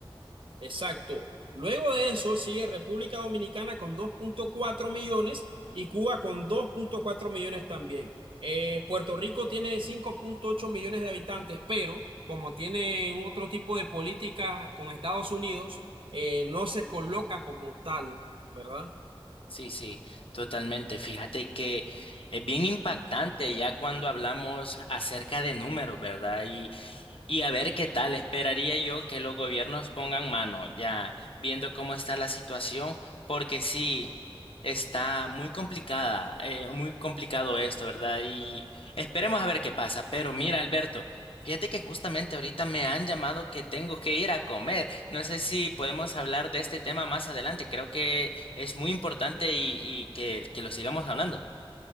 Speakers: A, on the right (about 65°); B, on the left (about 70°).
A: Exacto. Luego de eso sigue República Dominicana con dos punto cuatro millones y Cuba con dos punto cuatro millones también. Eh, Puerto Rico tiene cinco punto ocho millones de habitantes, pero como tiene otro tipo de política con Estados Unidos, eh, no se coloca como tal, ¿verdad?
B: Sí, sí, totalmente. Fíjate que es bien impactante ya cuando hablamos acerca de números, ¿verdad? Y a ver qué tal, esperaría yo que los gobiernos pongan mano, ya viendo cómo está la situación, porque sí, está muy complicada, eh, muy complicado esto, ¿verdad? Y esperemos a ver qué pasa. Pero mira, Alberto, fíjate que justamente ahorita me han llamado que tengo que ir a comer. No sé si podemos hablar de este tema más adelante, creo que es muy importante y, y que, que lo sigamos hablando.